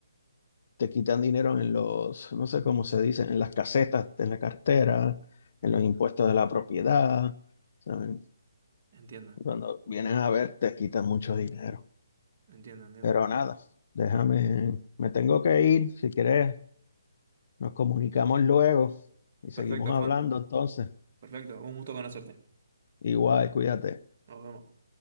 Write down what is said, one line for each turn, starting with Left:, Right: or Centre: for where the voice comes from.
Left: te quitan dinero en los, no sé cómo se dice, en las casetas, en la cartera, en
Right: Entiendo,
Left: los impuestos de la propiedad, ¿saben?
Right: entiendo,
Left: Cuando vienes a ver, te quitan mucho dinero.
Right: entiendo, entiendo.
Left: Pero nada, déjame, me tengo que ir. Si quieres, nos comunicamos luego y seguimos
Right: Perfecto,
Left: hablando
Right: Juan.
Left: entonces.
Right: Perfecto. Un gusto conocerte.
Left: Igual, cuídate.
Right: Nos vemos.